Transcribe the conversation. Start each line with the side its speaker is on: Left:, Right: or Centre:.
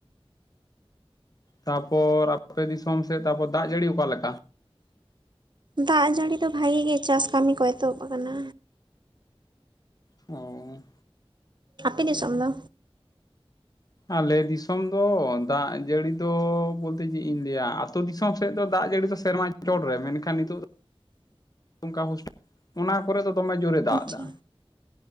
Left: ᱛᱟᱯᱚᱨ ᱟᱯᱮ ᱫᱤᱥᱚᱢ ᱥᱮᱫ ᱛᱟᱯᱚᱨ ᱫᱟᱜ ᱡᱟᱹᱲᱤ ᱚᱠᱟᱞᱮᱠᱟ?
Right: ᱫᱟᱜ ᱡᱟᱹᱲᱤ ᱫᱚ ᱵᱷᱟᱜᱮ ᱜᱮ ᱪᱟᱥ ᱠᱟᱹᱢᱤ ᱠᱚ ᱮᱛᱚᱦᱚᱵ ᱟᱠᱟᱱᱟ᱾
Left: ᱚᱻ
Right: ᱟᱯᱮ ᱫᱤᱥᱚᱢ ᱫᱚ?
Left: ᱟᱞᱮ ᱫᱤᱥᱚᱢ ᱫᱚ ᱫᱟᱜ ᱡᱟᱹᱲᱤ ᱫᱚ ᱵᱚᱞᱛᱮ ᱪᱮᱫ ᱤᱧ ᱞᱟᱹᱭᱟ ᱟᱛᱳ ᱫᱤᱥᱚᱢ ᱥᱮᱫ ᱫᱚ ᱫᱟᱜ ᱡᱟᱹᱲᱤ ᱫᱚ ᱥᱮᱨᱢᱟ ᱪᱚᱴᱨᱮ ᱢᱮᱱᱠᱷᱟᱱ ᱱᱤᱛᱚᱜ ᱫᱚ
Right: <inaudible>
Left: ᱚᱱᱠᱟ ᱦᱚᱸᱥᱴ ᱚᱱᱟ ᱠᱚᱨᱮ ᱫᱚ ᱫᱚᱢᱮ ᱡᱳᱨᱮ ᱮ ᱫᱟᱜ
Right: ᱟᱪᱪᱷᱟ
Left: ᱫᱟ᱾